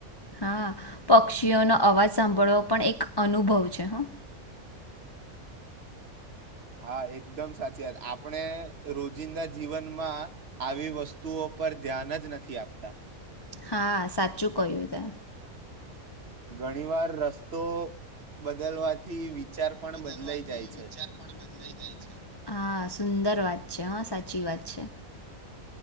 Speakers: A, on the left; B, on the right.
A: હા, પક્ષીઓનો અવાજ સાંભળવાો પણ એક અનુભવ છે હ.
B: હા, એકદમ સાચી વાત આપડે રોજિંદા જીવનમાં આવી વસ્તુઓ પર ધ્યાન જ નથી આપતા.
A: હા સાચું કહ્યું તે.
B: ઘણી વાર રસ્તો બદલવાથી વિચાર પણ
A: બથી
B: બદલાઈ જાય છે
A: વિચાર બદ જાય છે હા સુંદર વાત. હા સાચી વાત છે.